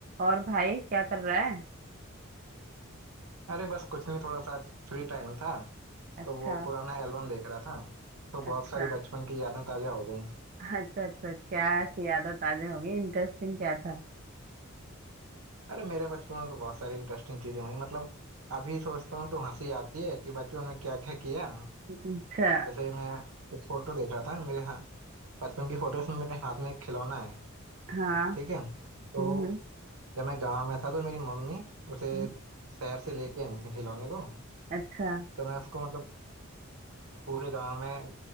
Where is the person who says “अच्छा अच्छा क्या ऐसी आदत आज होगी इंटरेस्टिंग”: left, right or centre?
Right